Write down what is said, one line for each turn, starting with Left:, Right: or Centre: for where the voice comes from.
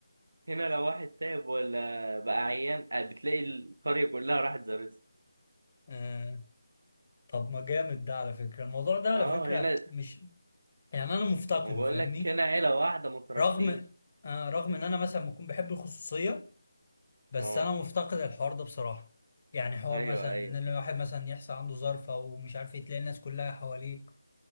Right: هنا لو واحد تعب ولا بقى عيان آه، بتلاقي القرية كلها راحت زارتها
Left: آه... طب ما جامد ده على فكرة الموضوع ده على
Right: اه
Left: فكرة
Right: هنا
Left: مش يعني انا مفتقده
Right: ما بقول
Left: فاهمني
Right: لك هنا عيلة واحدة مترابطين
Left: رغم آه، رغم ان انا مثلا بكون بحب الخصوصيه بس
Right: اه
Left: انا مفتقد الحوار ده بصراحه يعني حوار
Right: ايوه
Left: مثلا
Right: ايوه
Left: ان الواحد مثلا يحصل عنده ظرف او مش عارف ايه تلاقي الناس كلها حواليك